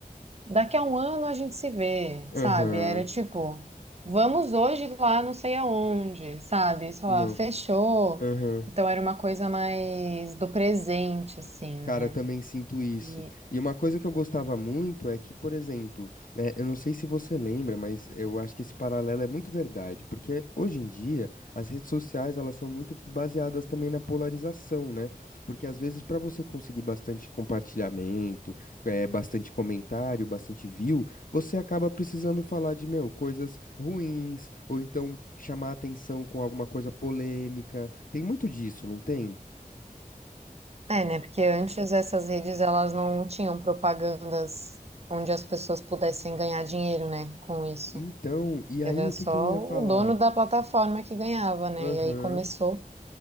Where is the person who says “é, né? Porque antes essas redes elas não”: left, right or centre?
Right